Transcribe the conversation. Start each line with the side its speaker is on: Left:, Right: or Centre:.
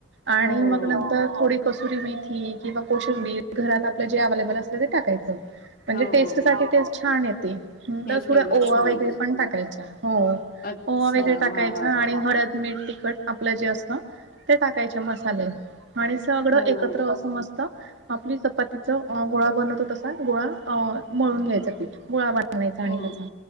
Right: आणि
Left: हो हो
Right: मग नंतर
Left: हो.
Right: थोडी कस्तुरी मेथी किंवा कोशंबी घरात आपल्या जे अवेलेबल असले ते टाकायचं. म्हणजे
Left: हो
Right: टेस्टसाठी
Left: हो हो
Right: टेस्ट छान येते नंतर
Left: ते फ्लेवर
Right: थोडा ओवा
Left: छान
Right: वगैरे
Left: येते.
Right: पण टाकायचा. हो.
Left: अच्छा
Right: पोहा वगैरे
Left: हा
Right: टाकायचा
Left: हा
Right: आणि <unintelligible> मीठ, तिखट आपलं जे असतं ते टाकायचे मसाले आणि सगळं
Left: हो हो
Right: एकत्र असं मस्त च आपली चपातीच अ गोळा बनवतो तसा गोळा अ मळून घ्यायचा पीठ गोळा सांगायच आणि
Left: हो
Right: त्या